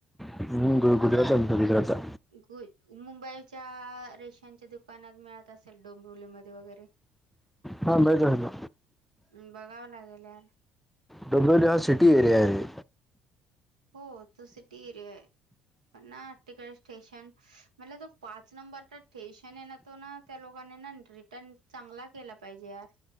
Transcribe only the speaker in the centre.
हम्म, गु- गुजरातला मिळतो गुजरातला
हा माहित आहे ना
डुबयलास सिटी एरिया आहे.